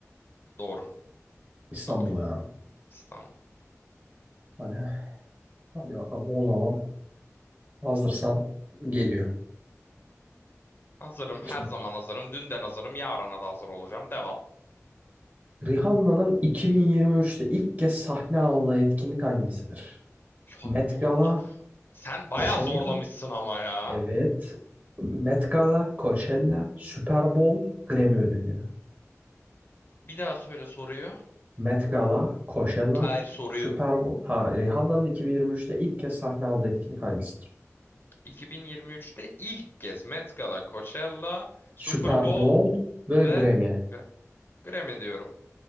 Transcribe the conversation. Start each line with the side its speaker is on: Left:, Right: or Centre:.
Left: Doğru,
Right: İstanbul
Left: doğru.
Right: yani.
Left: İstanbul.
Right: Hani hadi bakalım o zaman hazırsan geliyor.
Left: Hazırım, her
Right: Şimdi
Left: zaman hazırım. Dünden hazırım, yarına da hazır olacağım. Devam.
Right: Rihanna'nın 2023'te ilk kez sahne aldığı etkinlik hangisidir?
Left: <laughs> Ya
Right: Met
Left: ne Allah.
Right: Gala,
Left: Sen bayağı
Right: Coachella,
Left: zorlamışsın ama ya.
Right: evet. Met Gala, Coachella, Super Bowl, Grammy ödülleri.
Left: Bir daha söyle soruyu.
Right: Met Gala, Coachella,
Left: Hayır soruyu.
Right: Super Bowl. Ha, Rihanna'nın 2023'te ilk kez sahne aldığı etkinlik hangisidir?
Left: 2023'te ilk kez Met Gala, Coachella, Super
Right: Super
Left: Bowl
Right: Bowl ve
Left: Ve
Right: Grammy.
Left: Gra- Grammy diyorum.